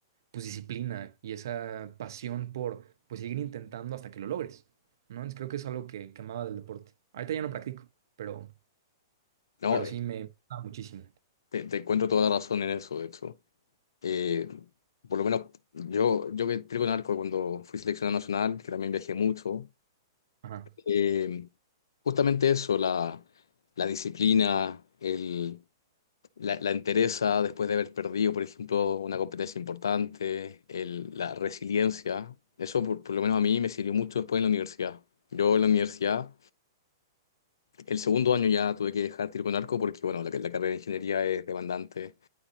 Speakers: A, on the right (about 65°); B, on the left (about 80°).
A: pues, disciplina y esa pasión por, pues, seguir intentando hasta que lo logres, ¿no? Entonces, creo que es algo que, que amaba del deporte. Ahorita ya no practico, pero,
B: No,
A: pero
B: eh,
A: sí me gustaba muchísimo.
B: te, te encuentro toda la razón en eso, de hecho. Eh, por lo menos yo, yo que trigo en arco cuando fui seleccionado nacional, que también viajé mucho,
A: Ajá,
B: eh, justamente eso, la, la disciplina, el, la, la entereza después de haber perdido, por ejemplo, una competencia importante, el- la resiliencia, eso por, por lo menos a mí me sirvió mucho después en la universidad. Yo en la universidad... El segundo año ya tuve que dejar tiro con arco porque, bueno, la, la carrera de ingeniería es demandante